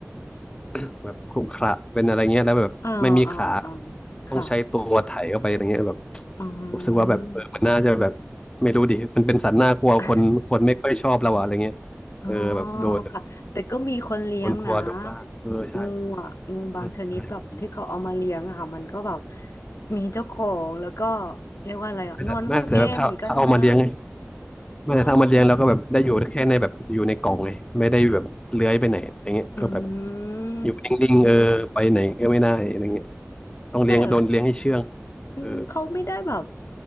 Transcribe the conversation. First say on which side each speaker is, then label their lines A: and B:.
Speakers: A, on the left (about 20°); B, on the left (about 75°).
A: <coughs> แบบขรุขระเป็นอะไรเงี้ยแล้วแบบไม่มีขา
B: อ่าอ่าอ่าค่ะ
A: ต้องใช้ตัวไถเข้าไปอะไรเงี้ยแบบ
B: อืม
A: รู้สึกว่าแบบเออมันน่าจะแบบไม่รู้ดิมันเป็นสัตว์น่ากลัวคนคนไม่ค่อยชอบเราอะอะไรเงี้ยเออแบบโดน
B: <laughs> อ๋อค่ะแต่ก็มีคนเลี้ยงนะ
A: โดนกลัวโดนล่าเออใช่
B: งูอ่ะงูบางชนิดแบบที่เขาเอามาเลี้ยงอะค่ะมันก็แบบ
A: ใช่ใช่
B: มีเจ้าของแล้วก็เรียกว่าอะไรอ่ะนอนห้องแอร์เหมือนกันนะ
A: ไม่แต่ไม่แต่แบบถ้าถ้าเอามาเลี้ยงไงไม่แต่ถ้าเอามาเลี้ยงแล้วก็แบบได้อยู่แค่ในแบบอยู่ในกล่องไงไม่ได้แบบเลื้อยไปไหนอย่างเงี้ยก็แบบ
B: อืมอืม
A: อยู่นิ่งๆเออไปไหนก็ไม่ได้อะไรเงี้ยต้องเลี้ยงโดนเลี้ยงให้เชื่อง
B: แต่อืมเขาไม่ได้แบบ
A: เออ